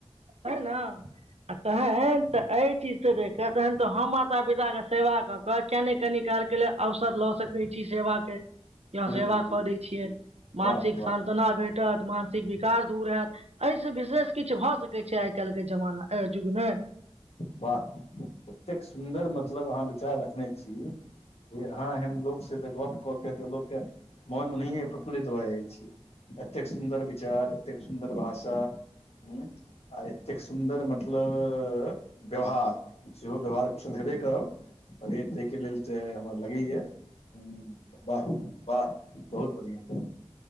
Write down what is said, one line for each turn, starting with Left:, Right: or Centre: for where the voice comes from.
Right: <unintelligible> न तहैन तऽ एहि चीज से देख कऽ तहन तऽ हम माता पिता कऽ सेवा कऽ कऽ कि नै कनि काल केँ लेल अवसर लऽ सकै छी सेवा केँ कि हऽ
Left: बिलकुल
Right: सेवा
Left: बिलकुल
Right: कऽ दै छियैन मानसिक
Left: वाह वाह
Right: संताना भेटत मानसिक विकार दूर हैत यै स विशेष किछ भऽ सकै छै आइ काइल केँ जमाना युग में
Left: वाह एतेक सुन्दर मतलब अहाँ विचार रखने छी जे अहाँ एहन लोक से तऽ गप कऽ के तऽ लोक केँ मोन ओनाहिये प्रफुल्लित भऽ जाय छै एते कऽ सुन्दर विचार एते कऽ सुन्दर भाषा हुं आ एते कऽ सुन्दर मतलब व्यवहार सेहो व्यवहार कुशल हेबे करब अरे तैयकेँ लेल तऽ हमर लगै यऽ हु वाह वाह बहुत बढ़िआ